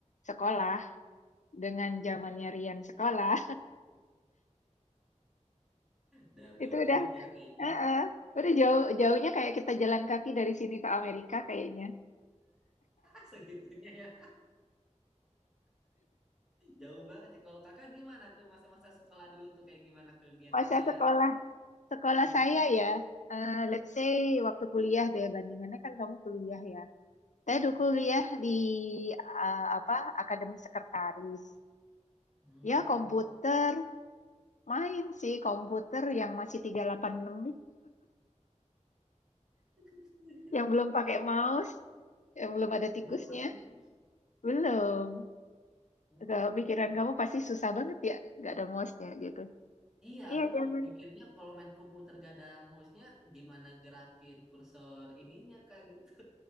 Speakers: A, on the left (about 75°); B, in the centre.
A: sekolah dengan zamannya Rian sekolah.
B: Udah
A: <laughs>
B: jauh
A: Itu udah
B: banget ya kayaknya
A: Heeh. Udah jauh jauhnya kayak kita jalan kaki dari sini ke Amerika kayaknya.
B: <laughs> segitunya ya. Jauh banget ya. Kalau kakak gimana tuh masa-masa sekolah dulu tuh kayak gimana kegiatannya
A: Masa sekolah
B: atau
A: sekolah
B: hmm,
A: saya ya, eh, let's say waktu kuliah deh bandingannya kan kamu kuliah ya. Saya
B: hmm,
A: dulu kuliah di eh, apa Akademi Sekretaris.
B: hmm.
A: Ya komputer, main sih komputer yang masih tiga delapan enam
B: <laughs>
A: yang belum pakai mouse, yang belum ada tikusnya.
B: Gue lupa tuh, Mus.
A: Belum.
B: Hmm.
A: Ke pikiran kamu pasti susah banget ya, nggak ada mouse-nya gitu.
B: Iya,
A: Iya,
B: aku kok
A: jangan.
B: mikirnya kalau main komputer gak ada mouse-nya gimana gerakin kursor ininya kak gitu.